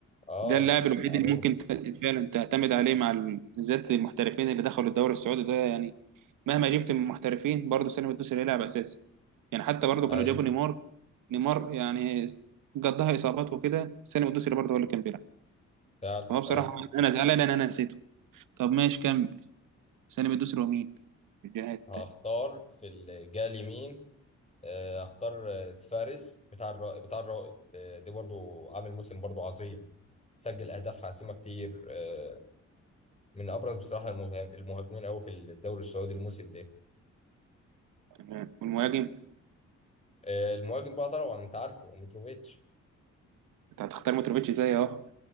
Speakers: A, on the left; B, on the right.
A: اه
B: ده اللاعب الوحيد
A: معروف
B: اللي ممكن ت- فعلا تعتمد عليه مع ال- بالذات المحترفين اللي دخلوا الدوري السعودي ده يعني مهما جبت من محترفين برضه سالم الدوسري هيلعب اساسي يعني حتى برضه
A: ايوه
B: كانوا جابوا نيمار نيمار يعني قضاها اصابات وكده سالم الدوسري برضه هو اللي كان بيلعب
A: فعلا
B: فهو بصراحه
A: ايوه
B: انا زعلان ان انا نسيته طب ماشي كمل سالم الدوسري ومين في الجهه التانيه
A: هختار في الجهه اليمين آه، هختار آه، فارس بتاع الرائد بتاع الرائد آه، ده برضو عامل موسم برضو عظيم سجل اهداف حاسمه كتير آه، من ابرز بصراحه المه- المهاجمين قوي في الدوري السعودي الموسم ده
B: تمام والمهاجم
A: آه، المهاجم بقى طبعا انت عارفه متروفيتش
B: انت هتختار متروفيتش زي اهو